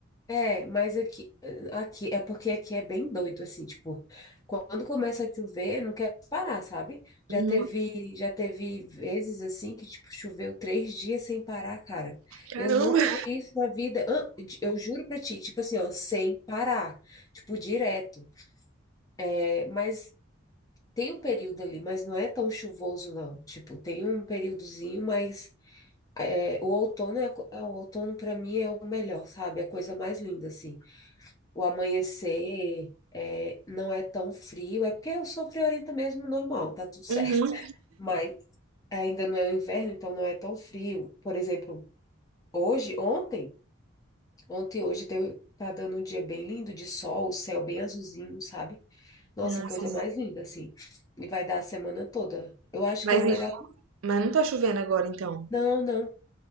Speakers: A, on the left; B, on the right.
A: É, mas aqui, aqui é porque aqui é bem doido, assim, tipo, quando começa a chover, não quer parar, sabe?
B: Uhum.
A: Já teve, já teve vezes assim que, tipo, choveu três dias sem parar, cara.
B: Caramba.
A: Eu nunca vi isso na vida. Ah, Eu juro pra ti, tipo assim, ó, sem parar, tipo, direto. É, mas tem um período ali, mas não é tão chuvoso, não. Tipo, tem um períodozinho, mas é, o outono é, a co- é, o outono para mim é o melhor, sabe? É a coisa mais linda, assim o amanhecer é, não é tão frio, é porque eu sou friorenta mesmo, normal, tá tudo certo.
B: Uhum.
A: <laughs> Mas ainda não é o inverno, então não é tão frio. Por exemplo, hoje, ontem, ontem e hoje deu, tá dando um dia bem lindo de sol, o céu bem azulzinho, sabe? Nossa,
B: Ah,
A: coisa
B: sim.
A: mais linda, assim. E vai dar a semana toda. Eu acho que
B: Mas,
A: é o melhor.
B: e- mas não tá chovendo agora, então.
A: Não, não,